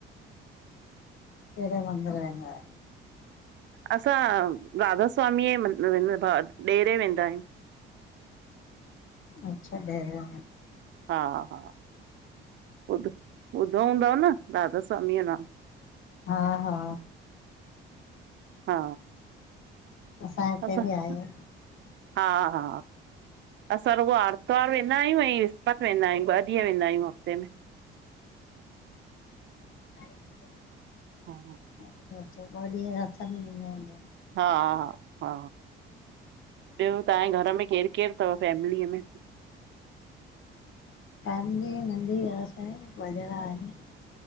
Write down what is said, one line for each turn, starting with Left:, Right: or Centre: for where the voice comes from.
Left: केढ़े मंदिर वेंदा आयो?
Right: असां राधा स्वामी म ॾेरे वेंदा आहियूं।
Left: अच्छा डेरे
Right: हा हा ॿुध-ॿुधो हूंदव न राधा स्वामीअ जो नालो?
Left: हा हा
Right: हा
Left: असां हिते
Right: असां
Left: बि आहे
Right: हा-हा असां रुग आर्तवार वेंदा आहियूं ऐं विसपत वेंदा आयु ॿ ॾींहं वेंदा आहियूं हफ़्ते में।
Left: <inaudible>
Right: हा
Left: अच्छा-अच्छा <unintelligible>
Right: हा हा हा, ॿियो तव्हांजे घर में केर केर थव फैमिलीअ में?
Left: <unintelligible>